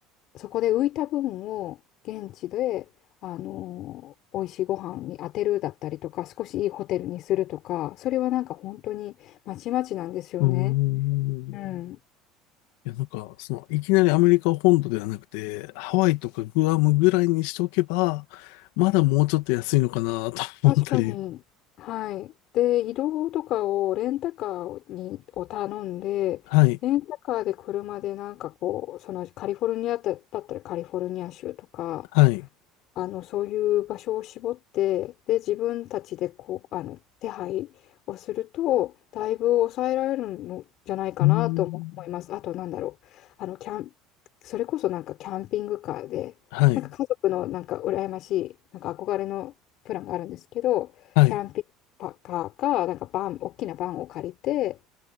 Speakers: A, on the left (about 50°); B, on the left (about 80°).
A: そこで浮いた分を現地で、あの、美味しいご飯に当てるだったりとか、少しいいホテルにするとか、それはなんか本当にまちまちなんですよね。
B: うーん。
A: うん。
B: いや、なんか、その、いきなりアメリカ本土ではなくて、ハワイとかグアムぐらいにしておけば、まだもうちょっと安いのかなと思ったり。
A: 確かに。はい。で、移動とかをレンタカーにを頼んで、
B: はい。
A: レンタカーで車でなんかこう、そのカリフォルニアだだったらカリフォルニア州とか、
B: はい。
A: あの、そういう場所を絞って、で、自分たちでこう、あの、手配をすると、だいぶ抑えられるのじゃないかなとも思います。
B: うーん。
A: あと、なんだろう。あの、キャン、それこそなんかキャンピングカーで、
B: はい。
A: なんか家族のなんか羨ましい、なんか憧れのプランがあるんですけど、
B: はい。
A: キャンピングカーか、なんかバン、大きなバンを借りて、